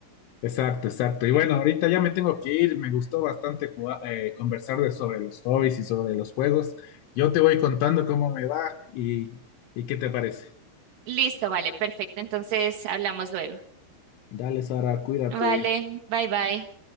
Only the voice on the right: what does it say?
Listo, vale, perfecto, entonces hablamos luego.
Vale, bye bye.